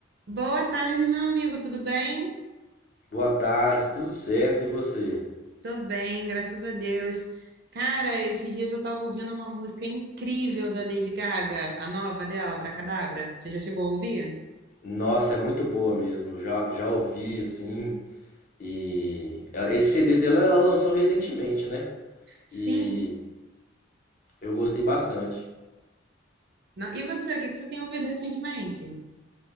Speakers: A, on the right (about 55°); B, on the left (about 45°).
A: Boa tarde, meu amigo, tudo bem?
B: Boa tarde, tudo certo? E você?
A: Tô bem, graças a Deus. Cara, esses dias eu tava ouvindo uma música incrível da Lady Gaga, a nova dela, Abracadabra. Você já chegou a ouvir?
B: Nossa, é muito boa mesmo. Já, já ouvi assim. E ela- esse CD dela ela lançou recentemente, né?
A: Sim.
B: E eu gostei bastante.
A: Na- E você, o que que você tem ouvido recentemente?